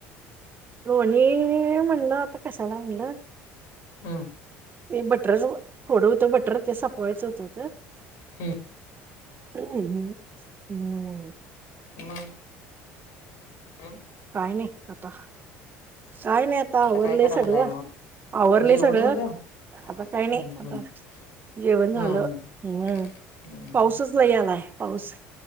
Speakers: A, on the right (about 35°); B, on the left (about 75°).
A: लोणी म्हणलं आता कशाला म्हणलं?
B: हम्म
A: ते बटर जव थोडं होतं बटर ते सपवायचं होतं त.
B: हम्म
A: <unintelligible>
B: मग हम्म.
A: नाही नाही आता काय नाही आता आवरलंय
B: काय करायलाय
A: सगळं
B: मग
A: आवरलंय
B: जेवण
A: सगळं
B: झालं
A: आता काही नाही
B: हम्म हम्म
A: आता जेवण झालं
B: हम्म
A: हम्म
B: हम्म
A: पाऊसच नाही आलाय पाऊस